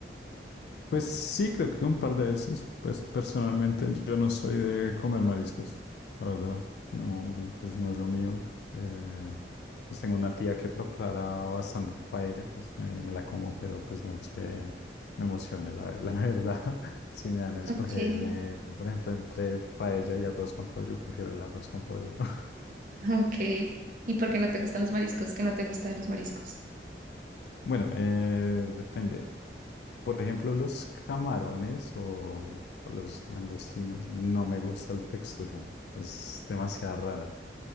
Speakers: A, on the left; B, on the right.
A: Pues sí, creo que un par de veces. Pues personalmente yo no soy de comer mariscos, la verdad. No, pues no es lo mío. Eh, pues tengo una tía que prepara bastante paella, pues me, me la como, pero pues no es que me emocione, la, la <laughs> verdad. Si me dan a escoger,
B: Ok,
A: eh, por ejemplo, entre paella y arroz con pollo, prefiero el arroz con pollo. <laughs>
B: <laughs> ok. ¿Y por qué no te gustan los mariscos? ¿Qué no te gusta de los mariscos?
A: Bueno, eh, depende. Por ejemplo, los camarones o o los langostinos, no me gusta la textura, es demasiado rara,